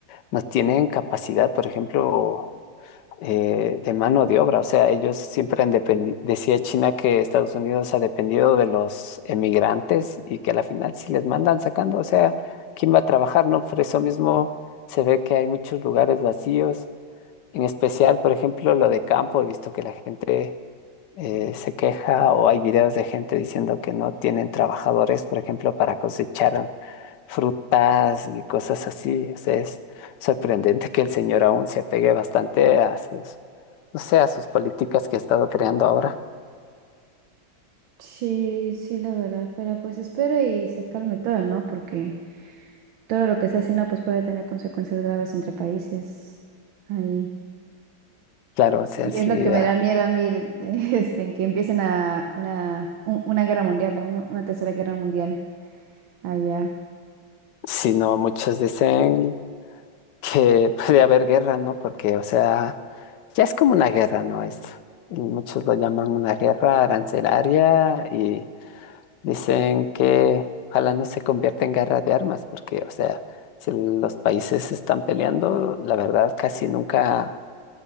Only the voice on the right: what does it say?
Sí, sí, la verdad, pero pues espero y se calme todo, ¿no? Porque todo lo que está haciendo pues puede tener consecuencias graves entre países. Ahí.
Y
es lo que me
da miedo a mí, de- <laughs> este, en que empiecen a una, un- una guerra mundial, ¿no? Una, una tercera guerra mundial allá.